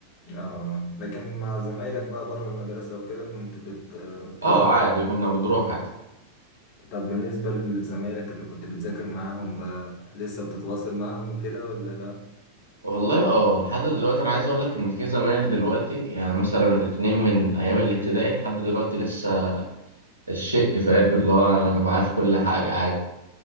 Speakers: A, on the left; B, on the right.
A: اه لكن مع زمايلك بقى بره المدرسة وكده كنت بت- بتروح
B: اه عادي
A: عادي
B: كنا بنروح عادي
A: طب بالنسبة لزمايلك اللي كنت بتذاكر معاهم بقى لسه بتتواصل معاهم وكده ولا لا؟
B: والله اه لحد دلوقتي انا عايز اقول لك ان في زمايل دلوقتي يعني مثلا الاتنين من ايام الابتدائي لحد دلوقتي لسه الشق فاهم اللي هو معاه في كل حاجة عادي